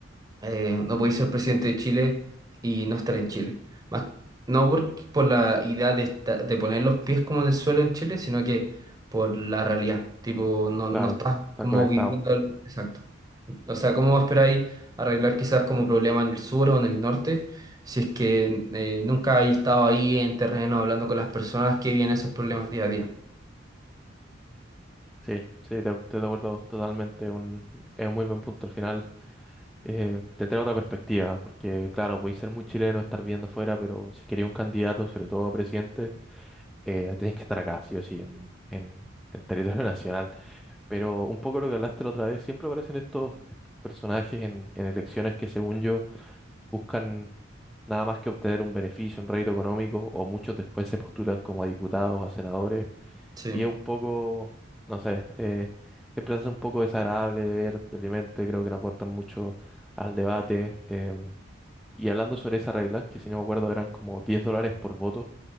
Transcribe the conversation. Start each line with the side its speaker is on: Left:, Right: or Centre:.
Right: eh, no podéis ser presidente de Chile y no estar en Chile. Más, no por, por la idea de, esta- de poner los pies como en el suelo en Chile, sino que por la realidad. Tipo, no,
Centre: claro,
Right: no estás
Centre: estar
Right: como
Centre: conectado.
Right: viviendo el- Exacto. O sea, ¿cómo esperáis arreglar quizás como problema en el sur o en el norte? Si es que eh, nunca hay estado ahí en terreno hablando con las personas que viven esos problemas día a día.
Centre: Sí, sí, te, estoy de acuerdo totalmente. Un, es un muy buen punto al final. eh, tendrá otra perspectiva, porque claro, podéis ser muy chileno, estar viendo afuera, pero si queréis un candidato, sobre todo a presidente, eh, tenéis que estar acá, sí o sí, en, en, en territorio <laughs> nacional. Pero un poco lo que hablaste la otra vez, siempre aparecen estos, estos personajes en, en elecciones que según yo buscan nada más que obtener un beneficio, un rédito económico, o muchos después se postulan como a diputados, a senadores,
Right: Sí.
Centre: y es un poco, no sé, eh, siempre hace un poco desagradable de ver, deprimente, creo que no aportan mucho al debate. em, y hablando sobre esa regla que si no me acuerdo eran como 10 dólares por voto,